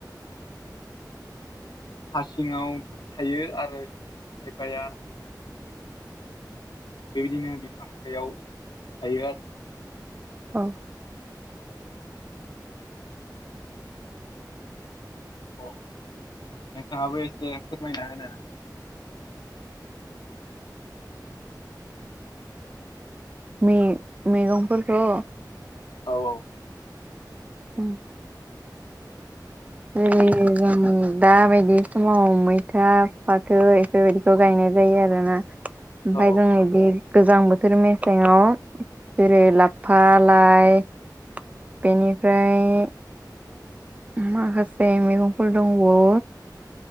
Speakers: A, on the left; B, on the right.
A: हा सिआव थायो आरो खायफाआ बेबादिनो बिफां सायाव थायो आरो ना
B: औ
A: अ नोंथांआबो एसे फोरमायना होनो हागोन
B: मे मेगंफोरखौ
A: औ औ
B: उम जेरै जों दाबादि समाव मैथा फाथो इफोरबादिखौ गायनाय जायो आरोना आमफाय
A: औ
B: जों इदि गोजां बोथोर मेसेआव जेरै लाफा लाइ बेनिफ्राय माखासे मैगंफोर दंबावो।